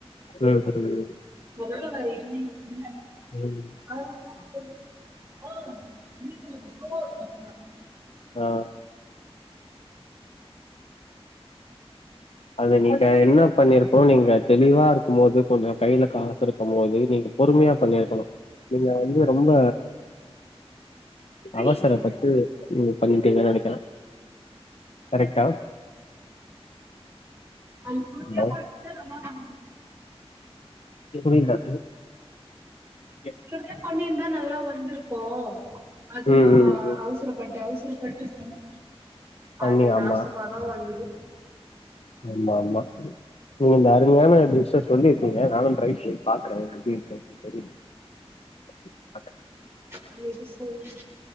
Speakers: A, on the left; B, on the right.
A: ம் ம்
B: எவ்ளோ நேரோ எண்ணே இல்ல <unintelligible>
A: ம் ம்
B: <unintelligible>
A: ஆஹ் அது நீங்க என்ன பண்ணிருக்கணோ நீங்க தெளிவா இருக்கும் போது கொஞ்சோ கைல காசு இருக்கும் போது நீங்க பொறுமையா பண்ணி இருக்கணும் நீங்க வந்து ரொம்ப
B: தேடிட்டு
A: அவசர பட்டு இதை பண்ணிருக்கீங்கன் நனக்கிறேன் கரெக்டா
B: அது குருக்கே
A: ஹலோ
B: கொண்ணிருந்த நல்லா <unintelligible>
A: எப்படி இந்த <unintelligible>
B: <unintelligible> பண்ணிருந்தா நல்லா வந்திருக்கோ அதுன
A: ம் ம் ம்
B: அவசர பட்ட அவசர பத்து பவுன்
A: பண்ணி
B: அது
A: ஆமா
B: நாசமாதா வந்தது
A: ஆமா ஆமா நீங்க இந்த அருமையான டிஷ் ஆ சொல்லி இருக்கீங்க நானும் ட்ரை பண்ணி பாக்குறேன் எப்படி இருக்குன்னு தெரியல ட்ரை பண்ணி பாக்குறேன்
B: இல்லேட்டி சொல்லுங்க